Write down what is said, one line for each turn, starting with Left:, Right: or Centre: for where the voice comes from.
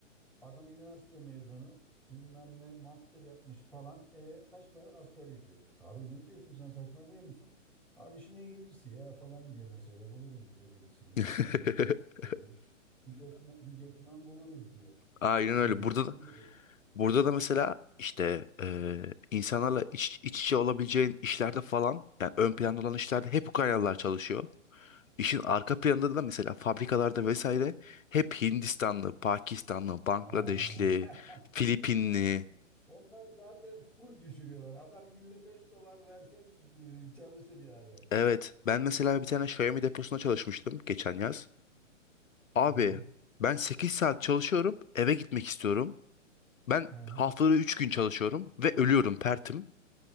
Centre: Adam üniversite mezunu bilmem ne master yapmış falan. E kaç para? Asgari ücret. Abi ne diyorsun sen saçmalıyor musun? Abi işine gelirse ya falan diyor mesela buluruz diyor birisini falan.
Left: <laughs>
Centre: E, bu, bu- bu. Bir göçmen, bir göçmen buluruz diyor.
Left: Aynen
Centre: Ha,
Left: öyle.
Centre: bir göçmen
Left: Burada da,
Centre: buluruz.
Left: burada da mesela işte eee, insanlarla iç, iç içe olabileceğin işlerde falan yani ön planda olan işlerde hep Ukraynalılar çalışıyor. İşin arka planında da mesela fabrikalarda vesaire hep Hindistanlı, Pakistanlı, Bangladeşli,
Centre: Ha.
Left: Filipinli
Centre: <laughs> Onlar zaten full düşürüyorlar. Adam günde 5 dolar versen e, çalışır yani.
Left: Evet. Ben mesela bir tane Xiaomi deposunda çalışmıştım geçen yaz. Abi
Centre: Ha,
Left: ben 8 saat çalışıyorum, eve gitmek istiyorum. Ben
Centre: ha,
Left: haftada 3 gün çalışıyorum ve ölüyorum, pertim.